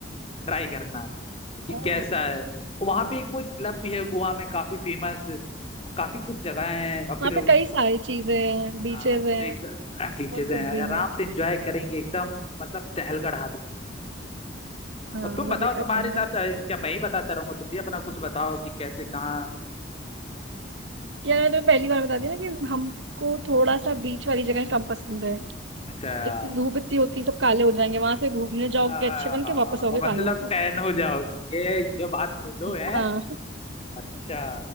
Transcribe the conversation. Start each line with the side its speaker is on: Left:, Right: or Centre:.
Left: ट्राई करना कि
Right: ओह
Left: कैसा है वहां पे एक कोई क्लब भी है गोवा में काफी फेमस काफी कुछ जगह हैं और फिर
Right: वहाँ पे कई सारी चीजें हैं बीचेस
Left: हाँ तो
Right: हैं
Left: एकदम
Right: बहुत
Left: बीचेस
Right: कुछ
Left: हैं
Right: भी
Left: आराम
Right: है
Left: से एंजॉय करेंगे एकदम मतलब टहलगढ़ आ देंगे
Right: हाँ
Left: और तुम
Right: मजे
Left: बताओ तुम्हारे
Right: करेंगे
Left: हिसाब से क्या मैं ही बताता रहूंगा तुम भी अपना कुछ बताओ कि कैसे कहाँ
Right: यार मैंने तुम्हें पहली बार बता दिया ना कि हमको थोड़ा सा बीच वाली जगह कम पसंद है
Left: अच्छा
Right: एक तो धूप इतनी होती है तो काले हो जाएंगे वहां से घूमने जाओगे
Left: आ,
Right: अच्छे बन
Left: हाँ
Right: के वापस आओगे
Left: मतलब
Right: काले होके
Left: टैन हो जाओगे ये ये बात बोलो है
Right: हाँ
Left: अच्छा